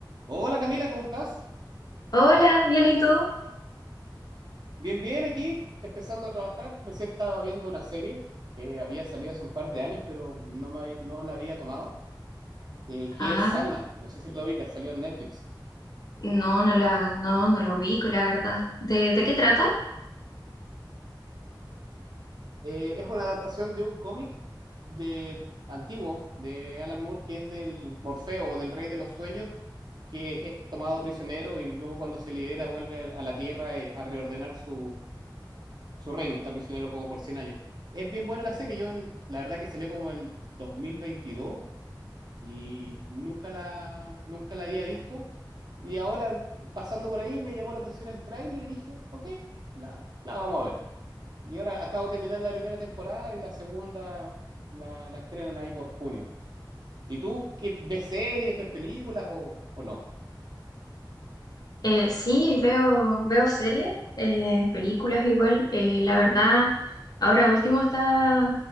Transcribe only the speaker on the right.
Hola Camila, ¿cómo estás?
Bien, bien, aquí empezando a trabajar. Recién estaba viendo una serie que había salido hace un par de años, pero no, me, no la había tomado, eh, que
es Sandman. No sé si la ubicas, salió en Netflix.
Eh, es una adaptación de un cómic de, antiguo de Alan Moore, que es del Morfeo o del Rey de los Sueños, que es tomado prisionero y luego cuando se libera vuelve a la Tierra eh, a reordenar su, su reino, está prisionero como por 100 años. Es bien buena la serie, yo la verdad que salió como el 2022 y nunca la, nunca la había visto. Y ahora, pasando por ahí, me llamó la atención el tráiler y dije, ok, la, la vamos a ver. Y ahora acabo de terminar la primera temporada y la segunda la, la estrenan ahí por junio. ¿Y tú qué ves series, ves películas o, o no?